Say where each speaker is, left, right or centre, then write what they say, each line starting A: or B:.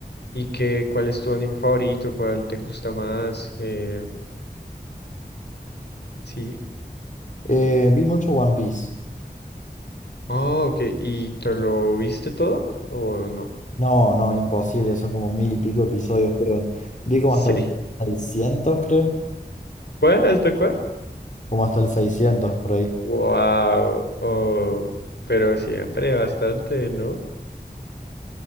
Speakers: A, on the left (about 80°); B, on the left (about 45°).
A: y qué, cuál es tu anime favorito? ¿Cuál te gusta más? Eh, Sí.
B: Eh, vi mucho One Piece.
A: Ah, ok. ¿Y te lo viste todo o no?
B: No, no, imposible, son como mil y pico episodios, pero vi como
A: <laughs>
B: hasta el
A: Sí.
B: 600, creo.
A: ¿Cuál? ¿Hasta cuál?
B: Como hasta el 600 por ahí.
A: Wow. Oh, pero siempre bastante, ¿no?